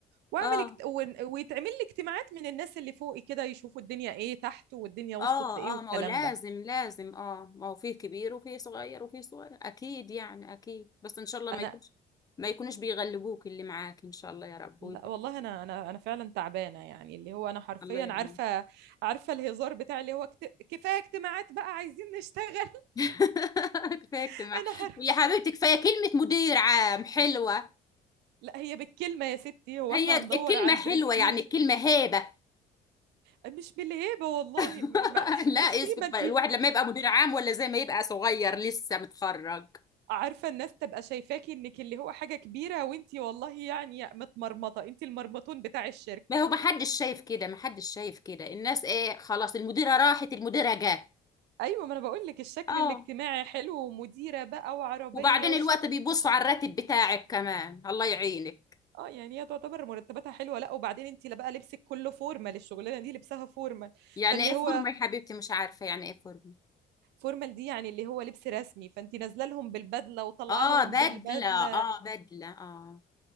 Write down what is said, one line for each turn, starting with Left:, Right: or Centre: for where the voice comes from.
Right: واعمل
Left: اه
Right: اجت... ون- ويتعمل لي اجتماعات من الناس اللي فوقي كده يشوفوا الدنيا ايه تحت والدنيا وصلت
Left: اه
Right: لايه والكلام
Left: اه ما هو لازم
Right: ده
Left: لازم اه ما هو فيه كبير وفيه صغير وفيه صغير اكيد يعني اكيد بس ان شاء الله ما
Right: انا
Left: يكونش ما يكونوش بيغلبوك اللي معاك ان شاء الله يا رب ويكون
Right: لا والله انا انا انا فعلا تعبانه يعني اللي هو انا حرفيا
Left: الله يعينك
Right: عارفه عارفه الهزار بتاع اللي هو كت... كفايه اجتماعات بقى عايزين نشتغل
Left: <laughs> كفايه
Right: <laughs>
Left: اجتماع
Right: انا حر...
Left: يا حبيبتي كفايه كلمه مدير عام حلوه
Right: لا هي بالكلمه يا ستي هو
Left: هي
Right: احنا
Left: الكلمه
Right: هندور على البرستيج
Left: حلوه يعني الكلمه هيبه
Right: مش بالهيبه والله
Left: <laughs>
Right: م- ما
Left: لا
Right: بصي
Left: اسكت
Right: ما انت
Left: بقى. الواحد لما يبقى مدير عام ولا زي ما يبقى صغير لسه متخرج
Right: عارفه الناس تبقى شايفاكي انك اللي هو حاجه كبيره وانت والله يعني متمرمطه انت المرمطون بتاع الشركه
Left: ما هو محدش شايف كده محدش شايف كده الناس ايه خلاص المديرة راحت المديرة جت
Right: ايوه ما انا بقول لك الشكل
Left: اه
Right: الاجتماعي حلو ومديره بقى وعربيه
Left: وبعدين
Right: وشكلك
Left: الوقت بيبصوا
Right: شيك
Left: على الراتب بتاعك كمان الله يعينك
Right: اه يعني هي تعتبر مرتباتها حلوه لا وبعدين انت لا بقى لبسك كله فورمال الشغلانه دي لبسها فورمال
Left: يعني
Right: فاللي
Left: ايه
Right: هو
Left: فورمة يا حبيبتي مش عارفة يعني ايه فورمة
Right: فورمال دي يعني اللي هو لبس رسمي فانت نازله لهم بالبدله وطالعه
Left: اه
Right: لهم
Left: بدلة
Right: بالبدله
Left: اه بدلة اه